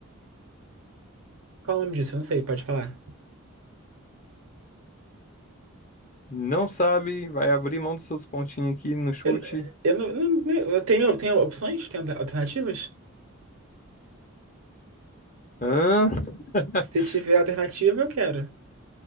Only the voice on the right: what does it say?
qual é o nome disso? Eu não sei, pode falar.
Eu, eu não, não- não- tenho, tenho opções? Tenho alter- alternativas?
Se tiver alternativa, eu quero.